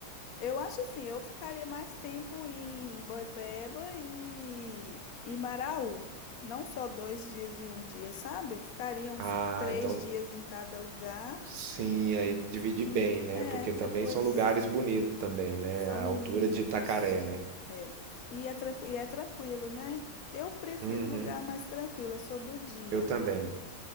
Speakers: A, on the left (about 55°); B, on the right (about 85°).
A: Eu acho assim, eu ficaria mais tempo em Boipeba e, e Maraú. Não só dois dias e um dia, sabe? Ficaria uns
B: Ah,
A: três
B: então
A: dias em cada lugar.
B: sim, aí divide bem, né?
A: É,
B: Porque
A: depois
B: também são lugares bonitos também, né?
A: são
B: A altura
A: lindos.
B: de Itacaré, né?
A: É. E é, tranqui- e é tranquilo, né? Eu prefiro
B: Uhum,
A: lugar mais tranquilo, eu sou do dia.
B: eu também.